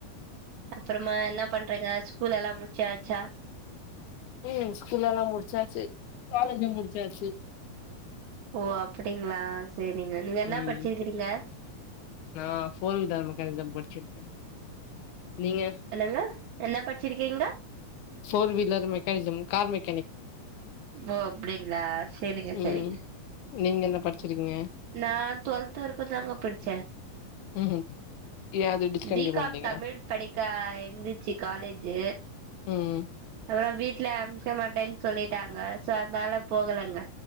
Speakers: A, on the right (about 65°); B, on the left (about 70°).
A: அப்பறமா என்ன பண்றிங்க ஸ்கூல் எல்லாமு சாச்சா
B: ம் ஸ்கூல்லல்லா முடிச்சாச்சு காலேஜும் முடிச்சாச்சு
A: ஓ அப்டிங்ளா ஸ் சேரிங்க நீங்க என்னா
B: ம்
A: படிச்சிருக்கிறீங்க
B: நா ஃபோர் வீலர் மெக்கானிக் தா படுச்சிட்க நீங்க
A: என்னங்க என்ன படிச்சிருக்கீங்க
B: ஃபோர் வீலர் மெக்கானிசம் காமிக்
A: ஓ அப்டிங்களா சேரிங்க சேரிங்க,
B: ம் நீங்க என்ன படிச்சிருக்கீங்க
A: நா துவெல்த் வரைக்கும் தாங்க படிச்ச
B: ம்ஹூம் ஏ அது டிஸ்கண்டினியூ
A: பி
B: பண்ட்டீங்க
A: காம் தமிழ் படிக்க இந்துச்சு கா காலேஜு
B: ம்ம்
A: அப்புறோ வீட்ல அமுச்ச மாட்டன்னு சொல்லிட்டாங்க, சோ அதனால போகலங்க.